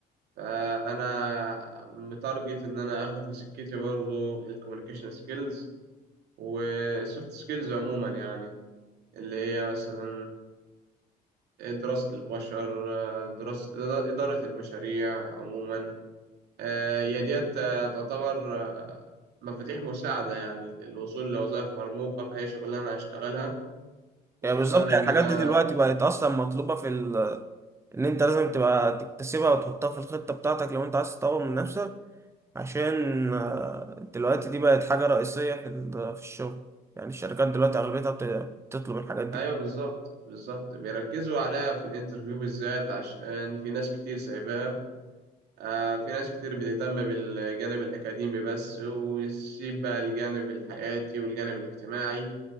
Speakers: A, on the right (about 75°); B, on the right (about 15°).
A: فانا متارجت ان انا اخد في سكتي برضه الكوميونيكيشن سكيلز وسوفت سكيلز عموما يعني اللي هي مثلا آه، دراسة البشر آه، دراسة إدارة المشاريع عموما آه، هي ديت آه، تعتبر آه، مفاتيح مساعدة يعني للوصول لوظائف مرموقة في أي شغلانة أنا هشتغلها
B: يعني
A: خصوصا
B: بالظبط يعني
A: إن
B: الحاجات
A: أنا
B: دي دلوقتي بقت اصلا مطلوبه في ال... ان انت لازم تبقى تكتسبها وتحطها في الخطه بتاعتك لو انت عايز تطور من نفسك عشان آه، دلوقتي دي بقت حاجة رئيسية في ال- في الشغل يعني الشركات دلوقتي أغلبيتها بت- بتطلب الحاجات دي
A: أيوه بالظبط بالظبط بيركزوا عليها في الانترفيو بالذات عشان في ناس كتير سايباها آه، في ناس كتير بتهتم بالجانب الأكاديمي بس ويسيب بقى الجانب الحياتي والجانب الاجتماعي